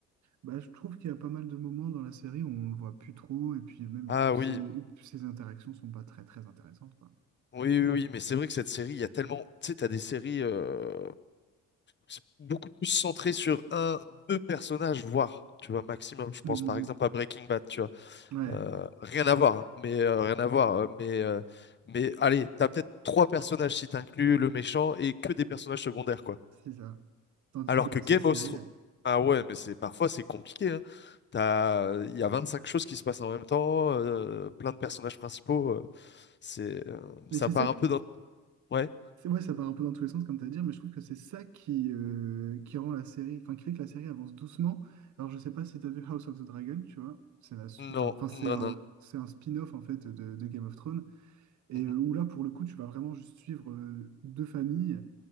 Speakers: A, on the right; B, on the left.
A: Bah, je trouve qu'il y a pas mal de moments dans la série où on le voit plus trop, et puis même
B: Ah
A: où ses,
B: oui,
A: où ses interactions sont pas très, très intéressantes, quoi.
B: oui, oui, oui. Mais c'est vrai que cette série, il y a tellement, tu sais, t'as des séries. euh, c'est beaucoup plus centré sur un, deux personnages, voire, tu vois, maximum. Je pense
A: Hum,
B: par
A: hum,
B: exemple à Breaking Bad, tu vois.
A: hum. Ouais,
B: Euh, rien à voir, hein, mais euh, rien à voir. euh, Mais, euh, mais allez, t'as peut-être trois personnages si t'inclus le méchant et que des personnages secondaires, quoi.
A: c'est ça. Tandis
B: Alors
A: que dans
B: que Game
A: cette série,
B: of Thrones.
A: ouais.
B: Ah ouais, mais c'est parfois c'est compliqué, hein. T'as, il y a 25 choses qui se passent en même temps, euh, plein de personnages principaux. euh, c'est, euh,
A: Mais
B: ça
A: c'est
B: part
A: ça
B: un peu dans. Ouais.
A: C'est vrai, ça part un peu dans tous les sens, comme tu as dit, mais je trouve que c'est ça qui, euh, qui rend la série, enfin, qui fait que la série avance doucement. Alors, je sais pas si tu as vu House of the Dragon, tu vois, c'est la suite,
B: Non,
A: hein. enfin, c'est
B: non,
A: un,
B: non.
A: c'est un spin-off, en fait, de, de Game of Thrones, et
B: Mm,
A: euh, où là, pour le coup, tu vas vraiment juste suivre euh, deux familles,